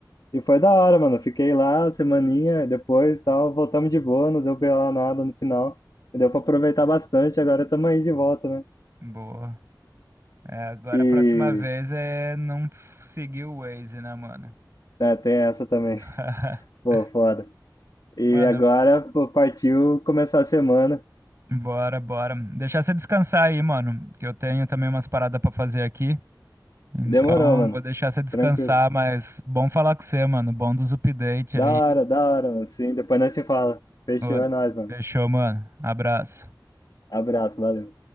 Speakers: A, on the left; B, on the right.
A: E foi da hora, mano. Fiquei lá semaninha, depois tal, voltamos de boa, não deu BO nada no final. Deu pra aproveitar bastante, agora estamos aí de volta, né?
B: Boa. É, agora
A: E
B: a próxima vez é não f- seguir o Waze, né, mano?
A: é, tem essa também.
B: <laughs>
A: <laughs> Pô, foda. E
B: Mano,
A: agora, pô, partiu começar a semana.
B: bora, bora. Deixar você descansar aí, mano, que eu tenho também umas paradas pra fazer aqui. Então,
A: Demorou, mano.
B: vou deixar você descansar,
A: Tranquilo.
B: mas bom falar com você, mano. Bom dos updates
A: Da
B: aí.
A: hora, da hora, mano. Sim, depois nós se fala. Fechou,
B: Ô,
A: é nóis, mano.
B: Fechou, mano. Abraço.
A: Abraço, valeu.